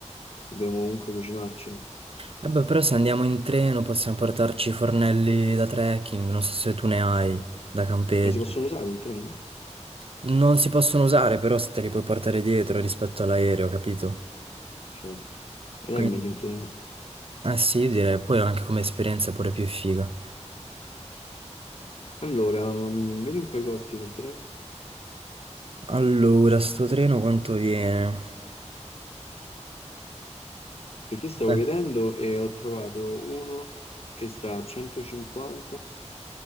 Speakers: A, on the left; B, on the right.
A: Dobbiamo comunque cucinarcelo.
B: Vabbè, però se andiamo in treno possiamo portarci i fornelli da trekking, non so se tu ne hai, da campeggio.
A: Ma si possono usare in treno?
B: Non si possono usare, però se te li puoi portare dietro rispetto all'aereo, capito?
A: Certo, non
B: Quindi,
A: è meglio in treno.
B: eh sì, direi, poi anche come esperienza è pure più figa.
A: Allora, mm, vedi un po' i costi del treno?
B: Allora, sto treno quanto viene?
A: Perché io stavo
B: Beh,
A: vedendo e ho trovato uno che sta a 150